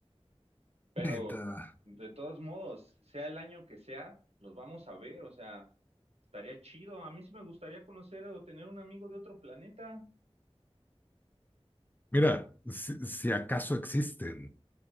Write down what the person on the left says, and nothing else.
Neta.
Mira, si, si acaso existen,